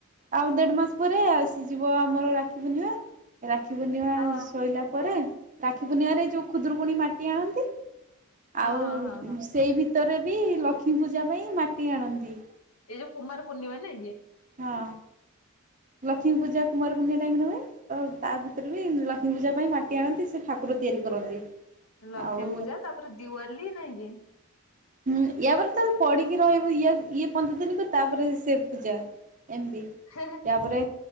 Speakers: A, on the right; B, on the left.
A: ଆଉ ଦେଢ ମାସ ପରେ ଆସିଯିବ ଆମର ରାକ୍ଷୀ ପୂର୍ଣ୍ଣିମା। ରାକ୍ଷୀ ପୂର୍ଣ୍ଣିମା-ଆ
B: ହଁ
A: ସଇଲା ପରେ ରାକ୍ଷୀ ପୂର୍ଣ୍ଣିିମାରେ ଯୋଉ ଖୁଦୁରୁକୁଣୀ ମାଟି ଆଣନ୍ତି?
B: ହଁ
A: ଆଉ
B: ହଁ ହଁ ହଁ।
A: ସେଇ ଭିତରେ ବି ଲକ୍ଷ୍ମୀ ପୂଜା ପାଇଁ ମାଟି ଆଣନ୍ତି।
B: ଏଇ ଯୋଉ କୁମାର ପୂର୍ଣିମା ନାଇଁ କି?
A: ହଁ। ଲକ୍ଷ୍ମୀ ପୂଜା କୁମାର ପୂର୍ଣ୍ଣିମା ଟାଇମରେ ହୁଏ। ତ ତା ଭିତରେ ବି ଲକ୍ଷ୍ମୀ ପୂଜା ପାଇଁ ମାଟି ଆଣନ୍ତି ସେ ଠାକୁର ତିଆରି କରନ୍ତି। ଆଉ
B: ଲକ୍ଷ୍ମୀ ପୂଜା ତାପରେ ଦିୱାଲି ନାଇଁ କି?
A: ହୁଁ। ୟା ପରେ ତ ପଢି଼କି ରହିବୁ ଇଏ ଇଏ ପନ୍ଦର ଦିନିତ ତାପରେ ସେ ପୂଜା। ଏମତି।
B: ହେଁ ହେ।
A: ତାପରେ